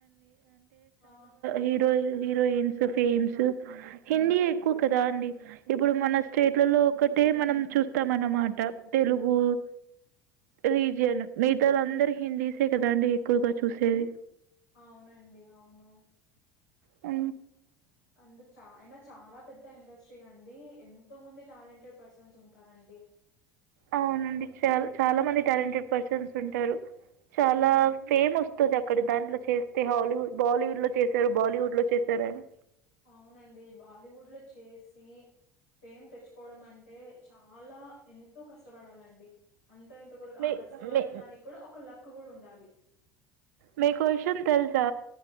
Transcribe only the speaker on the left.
ఆ
అవునండి అవును
అందుకు చ అయినా చాలా పెద్ద ఇండస్ట్రీ అండి ఎంతో మంది టాలెంటెడ్ పర్సన్స్ ఉంటారండి
ఉమ్
అవునండి బాలీవుడ్ లో చేసి ఫేమ్ తెచ్చుకోవడం అంటే చాలా ఎంతో కష్టపడాలండి అంత ఇంత కూడా
ఆ కష్టపడిన
దానికి కూడా ఒక లక్ కూడా ఉండాలి